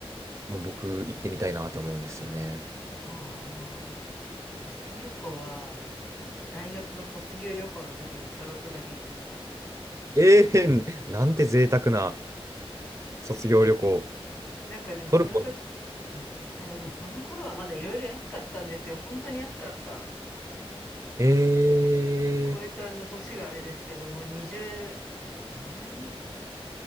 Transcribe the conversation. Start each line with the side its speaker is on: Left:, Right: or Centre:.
Right: もう僕行ってみたいなと思うんですよね。
Left: ああ。私トルコは大学の卒業旅行の時にちょろっとだけ行きました。
Right: ええ、<laughs> なんて贅沢な卒業旅行。
Left: なんかでもその時、
Right: トルコ。
Left: うん。いやでもその頃はまだいろいろ安かったんですよ。本当に安かった。
Right: ええ
Left: こいつはもう年があれですけど、もう20、何年前ね